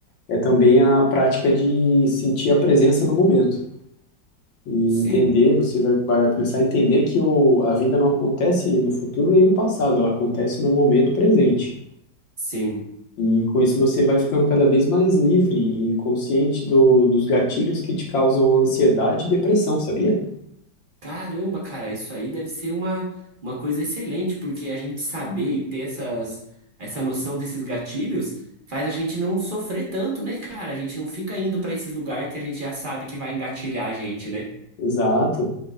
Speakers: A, on the left; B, on the right.
A: é também a prática de sentir a presença no momento. E
B: Sim,
A: entender, você vai, vai começar a entender que o, a vida não acontece no futuro nem no passado, ela acontece no momento presente.
B: sim.
A: E com isso você vai ficando cada vez mais livre e consciente do, dos gatilhos que te causam ansiedade e depressão, sabia?
B: Caramba, cara, isso aí deve ser uma, uma coisa excelente, porque a gente saber e ter essas, essa noção desses gatilhos faz a gente não sofrer tanto, né, cara? A gente não fica indo pra esses lugares que a gente já sabe que vai engatilhar a gente, né?
A: Exato.